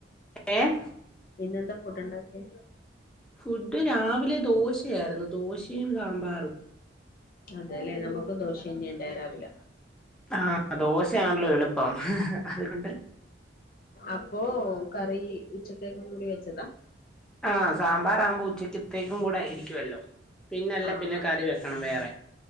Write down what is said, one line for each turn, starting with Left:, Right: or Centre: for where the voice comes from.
Centre: ഏഹ്
Left: ഇന്നെന്താ ഫുഡുണ്ടാക്കിയെ
Centre: ഫുഡ് രാവിലെ ദോശയായിരുന്നു ദോശയും സാമ്പാറും
Left: അതെലെ നമുക്കും ദോഷന്നെ ഉണ്ടായെ രാവില
Centre: ആഹാ ദോശയാണല്ലോ എളുപ്പം അതുകൊണ്ട്
Left: അപ്പോ കറി ഉച്ചത്തേക്കും കൂടി വെച്ചതാ
Centre: ആഹ് സാമ്പാറാകുമ്പോ ഉച്ചക്കത്തേക്കു കൂടെ ഇരിക്കുവല്ലോ പിന്നല്ല
Left: ആഹ്
Centre: പിന്നെ
Left: അതെ
Centre: കറി വെക്കണം വേറെ